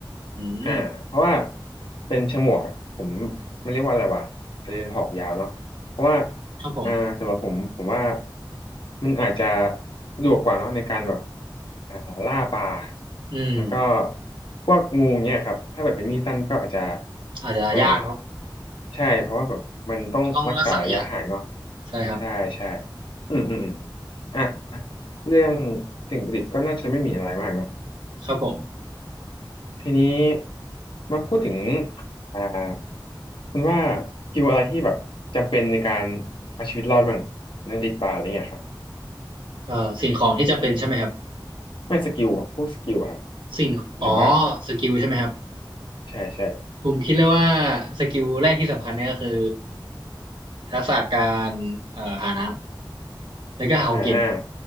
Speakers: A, on the right; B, on the left.
A: อืม
B: อ่าเพราะว่าเป็นฉมวกผมมันเรียกว่าอะไรวะอาจจะเป็นหอกยาวเนาะเพราะว่า
A: ครับผม
B: อ่าสำหรับผมผมว่ามันอาจจะสะดวกกว่าเนาะในการแบบอ่าล่าปลา
A: อืม
B: แล้วก็พวกงูเนี่ยครับถ้าแบบเป็นมีดสั้นก็อาจจะ
A: อาจจะยากเนาะ
B: อ่าใช่เพราะว่าแบบมันต้องรักษาระยะห่างเนาะ
A: มันต้องรักษาระยะใช่ครับ
B: ใช่ใช่อืมอืมอมอ่ะเรื่องสิ่งประดิษฐ์ก็น่าจะไม่มีอะไรมากเนาะ
A: ครับผม
B: ทีนี้มาพูดถึงอ่าคุณว่าสกิลอะไรที่แบบจำเป็นในการเอาชีวิตรอดบ้างในติดป่าอะไรเงี้ยครับ
A: เอ่อสิ่งของที่จำเป็นใช่ไหมครับ
B: ไม่สกิลแบบพวกสกิลอะครับ
A: สิ่งอ๋อ
B: หรืว่า
A: สกิลใช่ไหมครับ
B: ใช่ใช่
A: ผมคิดเลยว่าสกิลแรกที่สำคัญเนี่ยก็คือทักษะการเอ่อหาน้ำแล้วก็หาของกิน
B: อ่า